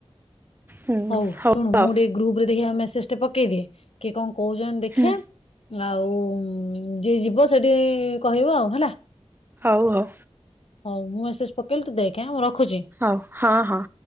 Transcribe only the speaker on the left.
ହଉ ଶୁଣୁ
ମୁଁ ଗୁଟେ ଗ୍ରୁପରେ ଦେଖିଆ ମେସେଜ୍ ଟେ ପକେଇଦେ କିଏ କଣ କହୁଛନ୍ତି ଦେଖିଆ।
ଆଉ ଉଁ ଉଁ ଯିଏ ଯିବ ସେଠି କହିବ ଆଉ ହେଲା।
ହଉ ମୁଁ ମେସେଜ୍ ପକେଇଲିି ତୁ ଦେଖେ ଆଁ ମୁଁ ରଖୁଚି।